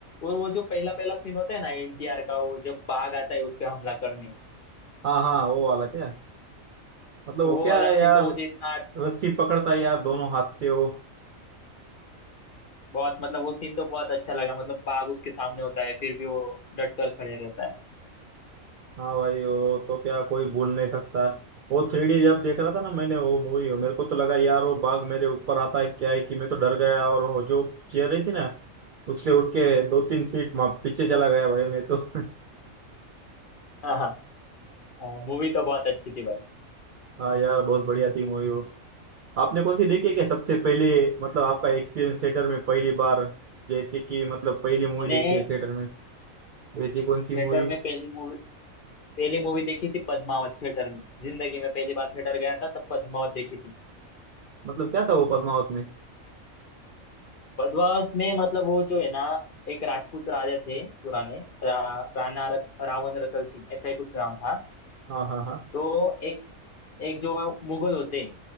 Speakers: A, on the left; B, on the right.
A: और वो जो पहला पहला सीन होता है ना एनटीआर का वो जब बाघ आता है उस पे हमला करने
B: हाँ हाँ वो वाला क्या मतलब वो
A: वो
B: क्या
A: वाला
B: है
A: सीन
B: यार
A: तो मुझे इतना अच्छा
B: रस्सी पकड़ता है यार दोनों हाथ से वो
A: बहुत मतलब वो सीन तो बहुत अच्छा लगा मतलब बाघ उसके सामने होता है फिर भी वो डट कर खड़े रहता है
B: हाँ भाई वो तो क्या कोई भूल नहीं सकता वो थ्री डी जब देख रहा था ना मैंने वो मूवी मेरे को तो लगा यार वो बाघ मेरे ऊपर आता है क्या है कि मैं तो डर गया और वो जो चेयर रही थी ना उससे उठ के दो तीन सीट माँ पीछे चला गया भाई मैं तो <laughs>
A: हाँ हाँ मूवी तो बहुत अच्छी थी भाई
B: हाँ यार बहुत बढ़िया थी मूवी वो आपने कौन सी देखी है क्या सबसे पहले मतलब आपका एक्सपीरियंस थिएटर में पहली बार जैसे कि मतलब पहली मूवी
A: मैंने
B: देखी है थिएटर में वैसी कौन सी मूवी
A: थिएटर में पहली मूवी पहली मूवी देखी थी पद्मावत थिएटर में जिंदगी में पहली बार थिएटर गया था तब पद्मावत देखी थी
B: मतलब क्या था वो पद्मावत में
A: पद्मावत में मतलब वो जो है ना एक राजपूत राजा थे पुराने रा, राणा रत, रावण रतल सिंह ऐसा ही कुछ नाम था
B: हाँ हाँ हाँ
A: तो एक एक जो मुगल होते